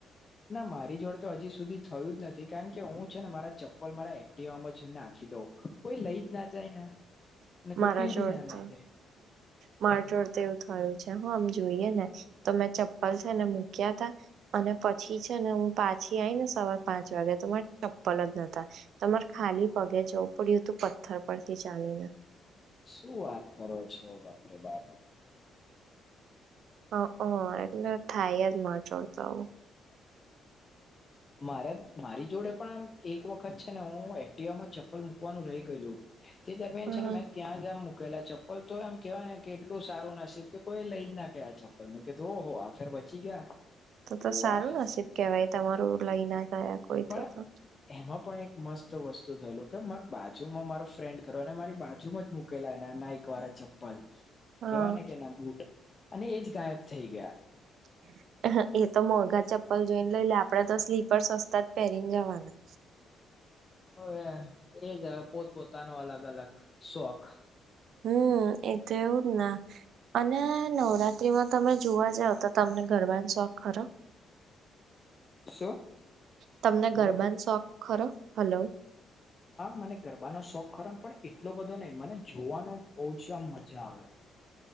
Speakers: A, on the left; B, on the right.
A: ના મારી જોડે તો હજી સુધી થયું જ નથી, કારણ કે હું છે ને મારા ચપ્પલ મારા એક્ટિવામાં જ નાખી દઉં. કોઈ લઈ જ ના જાયને. અને
B: મારા
A: કોઈ પહેરી
B: જોડ
A: ના લઈ
B: તો
A: જાય.
B: માર જોડે તો એવું થયું છે હા. આમ જોઈએ ને તો મેં ચપ્પલ છે ને મૂક્યા તા અને પછી છે ને હું પાછી આઈ ને સવા પાંચ વાગે તો મારા ચપ્પલ જ નતા. તો મારે ખાલી પગે જવું પડ્યું તું પથ્થર પરથી ચાલીને.
A: શું વાત કરો છો બાપ રે બાપ?
B: અહં. એટલે થાય જ મારી જોડે તો આવુ.
A: મારે મારી જોડે પણ આમ એક વખત છે ને હું એક ક્ટિવા માં ચપ્પલ મુકવાનું રહી ગયેલું, તે દરમિયાન છે ને
B: હમ
A: મેં ત્યાં જ આમ મુકેલા ચપ્ પલ તોય આમ કહેવાય ને કે એટલું સારું નસીબ કે કોઈ એ લઈ જ ના ગયા ચપ્પલ. <unintelligible> કીધું, આહો! આ ફેરે બચી ગયા.
B: તો-તો
A: કીધું
B: સારું
A: વાહ
B: નસીબ કહેવાય તમારું. લઈ ના ગયા કોઈ
A: પણ
B: તો-તો.
A: એમાં પણ એક મસ્ત વસ્તુ થયેલું, કે માર બાજુમાં મારો ફ્રેન્ડ <unintelligible> એને મારી બાજુમાં જ મુકેલા એના નાઈક વાળા ચપ્પલ,
B: હા
A: કહેવાય ને કે એના બૂટ અને એજ ગાયબ થઈ ગયા.
B: <inaudible> એ તો મોંઘા ચપ્પલ જોઈન લઈ લે, આપણે તો સ્લીપર સસ્તા જ પહેરીન જાવાના.
A: હવે એ જ આ પોતપોતાનો અલગ-અલગ શોખ.
B: હમ્મ. એ તો એવું જ ના. અને નવરાત્રીમાં તમે જોવા જાવ તો, તમને ગરબાને શોખ ખરો?
A: શું
B: તમને ગરબાન
A: હલો
B: શોખ ખરો? હલો.
A: હા, મને ગરબાનો શોખ ખરોન, પણ એટલો બધો નહીં, મને જોવાનો ઓચમ મજા આવે.